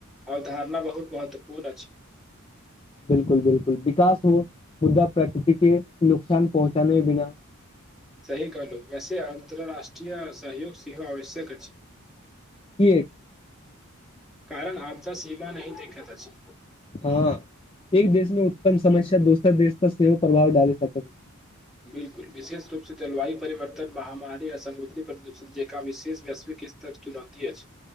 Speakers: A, in the centre; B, on the left.
A: अवधारणा बहुत महत्वपूर्ण अछि
B: बिलकुल बिलकुल विकास हो मुद्दा प्रकृति के नुकसान पहुँचाने बिना
A: सही कहलाऊं बेस अन्तरराष्ट्रीय सहयोग सेहोह आवश्यक अछि
B: कि
A: कारण आपदा सीमा नहि देखैत अछि
B: हँ एक देश मे उत्पन्न समस्या दोसर देश पर सेहो प्रभाव डाली सकै
A: बिलकुल विशेष रूपसँ जलवायु परिवर्तन महामारी आ समुद्री प्रदूषण जेकरा विशेष वैश्विक किस्तर चुनौती अछि